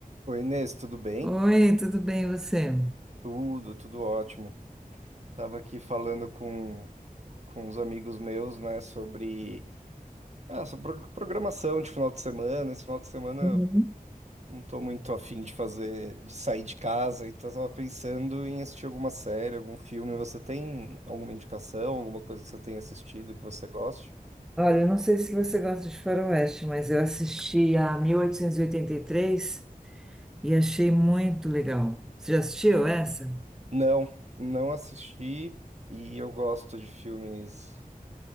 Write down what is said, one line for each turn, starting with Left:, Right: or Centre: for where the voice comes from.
Right: Oi, Inês, tudo bem?
Centre: Oi, tudo bem e você?
Right: Tudo, tudo ótimo. Tava aqui falando com, com uns amigos meus, né, sobre, ah, sobre pro- programação de final de semana. Esse final de semana
Centre: Uhum.
Right: eu não tô muito afim de fazer, de sair de casa, então eu tava pensando em assistir alguma série, algum filme. Você tem alguma indicação, alguma coisa que você tenha assistido que você goste?
Centre: Olha, eu não sei se você gosta de Faroeste, mas eu assisti a 1883 e oitenta e três e achei muito legal. Você já assistiu essa?
Right: Não, não assisti e eu gosto de filmes,